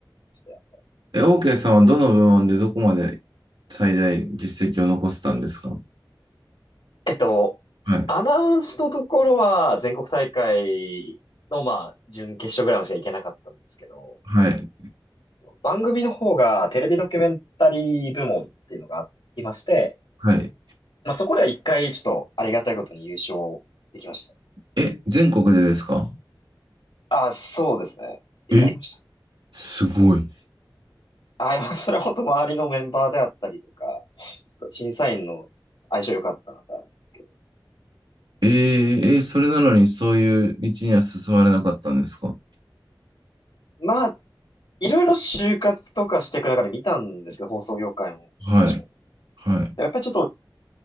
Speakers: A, on the left (about 75°); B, on the right (about 75°).
A: じで。
B: え、OK さんはどの部門でどこまで最大実績を残せたんですか
A: えっと、
B: はい、
A: アナウンスのところは全国大会の、まあ、準決勝ぐらいまでしか行けなかったんですけど、
B: はい、
A: 番組の方がテレビドキュメンタリー部門っていうのがありまして、
B: はい。
A: まあ、そこでは一回、ちょっと、ありがたいことに優勝できましたね。
B: え、全国でですか
A: ああ、そうですね。一回やりました。
B: え、すごい。
A: ああ、いやそれは本当周りのメンバーであったりとか、ちょっと審査員の相性良かったなってあるんですけど。
B: えーえーそれなのにそういう道には進まれなかったんですか
A: まあ、いろいろ就活とかしていく中で見たんですけど、放送業界ももちろん。
B: はい、はい。
A: やっぱりちょっと、